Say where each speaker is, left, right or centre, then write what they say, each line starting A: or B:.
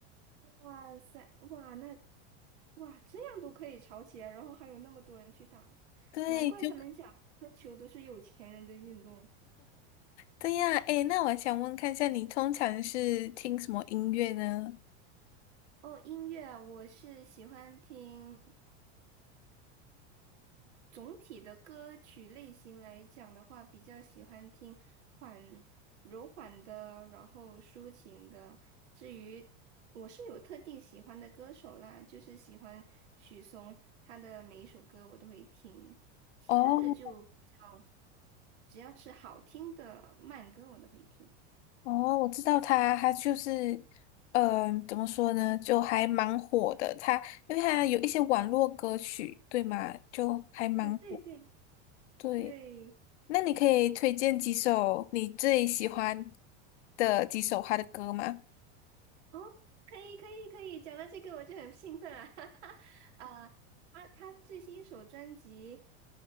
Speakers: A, on the right; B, on the left.
A: 哇塞，哇那哇这样都可以吵起来，然后还有那么多人去打，
B: 对，
A: 难怪他们讲喝球都是有钱人的运动。
B: 就对呀。诶，那我还想问看一下，你通常是听什么音乐呢？
A: 哦，音乐我是喜欢听。总体的歌曲类型来讲的话，比较喜欢听缓柔缓的，然后抒情的。至于我是有特定喜欢的歌手啦，就是喜欢许嵩，他的每一首歌我都会听，其他的就比较，
B: 哦，
A: 只要是好听的慢歌我都会听。
B: 哦，我知道他，他就是，嗯、怎么说呢，就还蛮火的。他因为他有一些网络歌曲，对吗？就还蛮火。
A: 啊，对对
B: 对，
A: 对，
B: 那你可以推荐几首你最喜欢的几首他的歌吗？
A: 哦，可以可以可以，讲到这个我就很兴奋啊！<laughs> 哈哈，啊，他他最新一首专辑，